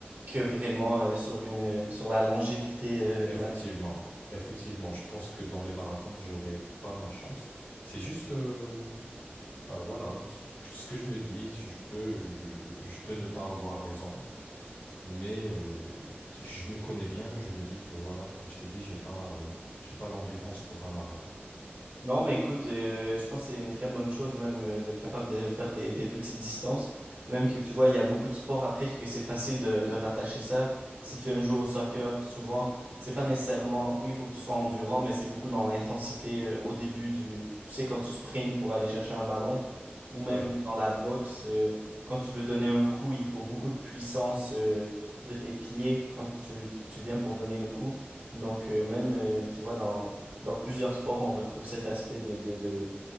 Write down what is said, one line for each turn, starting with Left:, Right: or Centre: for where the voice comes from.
Right: que vraiment euh, sur une, sur la longévité euh, de
Left: Effectivement,
Right: la
Left: effectivement, je pense que dans les marathons, j'aurai pas ma chance. C'est juste, euh, bah voilà, ce que ce que je me dis, je peux, je, je peux ne pas avoir raison, mais euh, je me connais bien, je me dis que voilà, comme je t'ai dit, j'ai pas, euh, j'ai pas l'endurance pour un marathon.
Right: Non, mais écoute, euh, je pense que c'est une très bonne chose même euh, d'être capable de faire des, des petites distances. Même que tu vois, il y a beaucoup de sports après que c'est facile de, de rattacher ça. Si tu aimes jouer au soccer, souvent, c'est pas nécessairement, oui, il faut que tu sois endurant, mais c'est beaucoup dans l'intensité euh, au début du, tu sais, quand tu sprints pour aller chercher un ballon, ou même
Left: Ouais.
Right: dans la boxe, euh, quand tu veux donner un coup, il faut beaucoup de puissance euh, de tes pieds quand tu, tu viens pour donner le coup. Donc, euh, même, euh, tu vois, dans dans plusieurs sports, on retrouve cet aspect de, de, de,